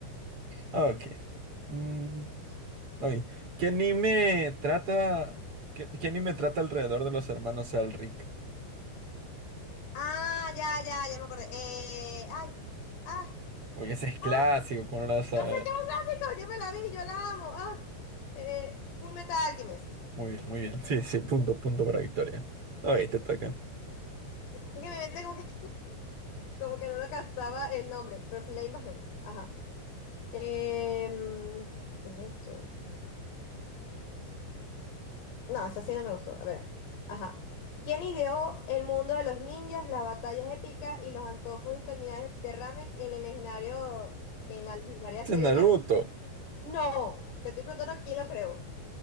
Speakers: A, on the right; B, on the left.
A: Ah, ok. Mm, ok. ¿Qué anime trata? ¿Qué, qué anime trata alrededor de los hermanos Elric?
B: Ah, ya, ya, ya me acordé. Eh, ay, ah,
A: Porque ese es clásico,
B: ah,
A: ¿cómo no lo vas
B: yo
A: a
B: sé
A: ver?
B: que es un clásico, yo me la vi, yo la amo. Ah, eh, Full Metal Alchemist.
A: Muy bien, muy bien. Sí, sí, punto, punto para Victoria. Ok, te toca.
B: Es que mi mente como que, como que no lo captaba el nombre, pero sí la imagen. Ajá. Em, ¿qué es esto? No, esa sí no me gustó. A ver. Ajá. ¿Quién ideó el mundo de los ninjas, las batallas épicas y los antojos interminables de ramen en el legendario, en la legendaria
A: Este
B: serie
A: es Naruto.
B: Naruto? No, te estoy preguntando quién lo creó.